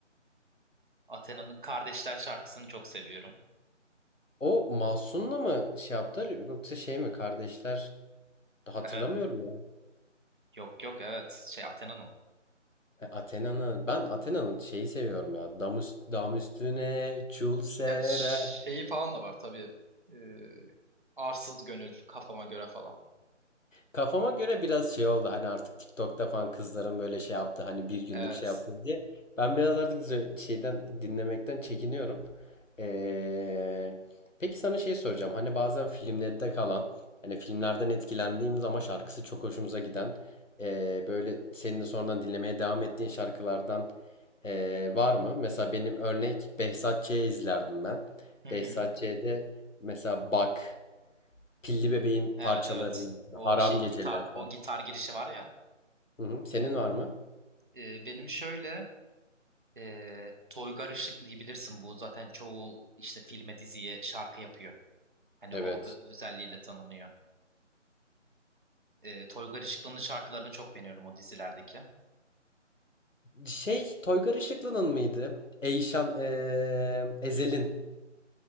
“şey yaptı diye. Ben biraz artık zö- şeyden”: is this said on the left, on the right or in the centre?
Left